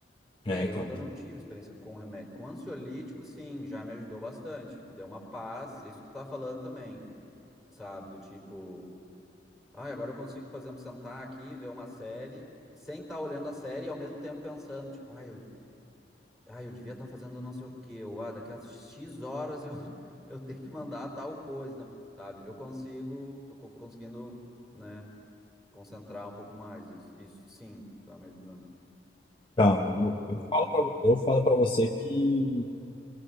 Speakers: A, in the centre; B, on the left.
A: É,
B: né
A: eu
B: então.
A: ainda não tive experiência com remédio, com ansiolítico, sim, já me ajudou bastante, me deu uma paz, isso que tu tá falando também, sabe? Do tipo Ah, agora eu consigo, por exemplo, sentar aqui, ver uma série, sem estar olhando a série e ao mesmo tempo pensando, tipo, ai, eu, ai, eu devia estar fazendo não sei o quê, ou ah, daqui a X horas eu, <laughs> eu tenho que mandar tal coisa, então, sabe? Eu consigo, tô co- conseguindo, né, concentrar um pouco mais, isso, isso sim, tá me ajudando.
B: Tá, eu,
A: Ahn,
B: eu falo pra, vo- eu falo para você que